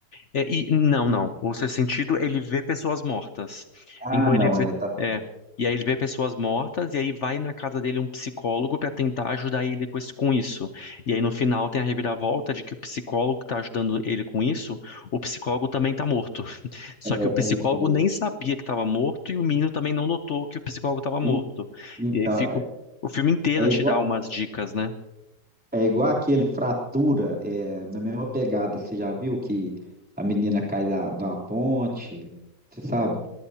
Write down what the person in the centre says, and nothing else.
Ah,
não,
é, tá
certo.
É,
é isso mesmo.
E- então,
é igual,
é igual aquele Fratura, é, na mesma pegada. Você já viu que a menina cai da, de uma ponte? Você sabe?